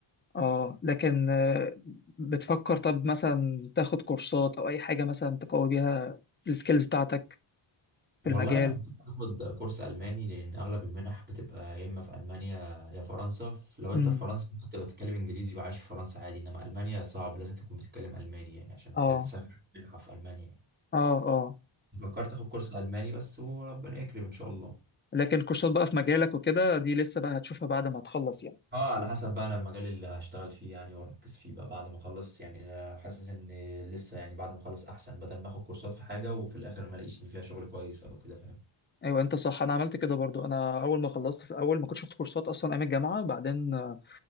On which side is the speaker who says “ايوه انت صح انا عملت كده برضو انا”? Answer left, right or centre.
Left